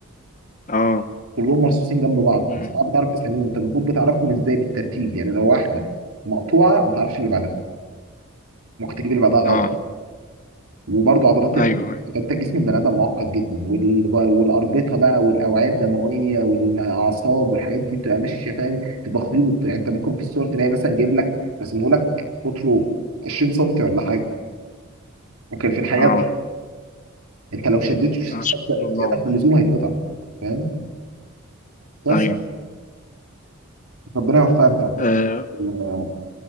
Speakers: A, on the left; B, on the right.
A: اه
B: كلهم مرصوصين جنب بعض
A: امم
B: صعب تعرف اساميهم انت المفروض بتعرفهم ازاي بالترتيب يعني لو واحده مقطوعه ما تعرفش اللي بعدها ممكن تجيب اللي بعدها غلط
A: اه
B: وبرضه عضلات ال-
A: ايوه ايوه
B: انت جسم البني ادم معقد جدا وال... والاربطه بقى والاوعيه الدمويه والاعصاب والحاجات دي بتبقى ماشيه فاهم تبقى خيوط يعني انت ممكن في الصور تلاقي مثلا جايب لك رسمه لك قطره 20 سم ولا حاجه ممكن في الحقيقه
A: اه
B: ده انت لو شديت في
A: آه،
B: الشبكه
A: سبحان الله
B: زياده
A: والله
B: عن اللزوم هيتقطع فاهم بس
A: ايوه
B: ربنا يوفقك
A: آه
B: في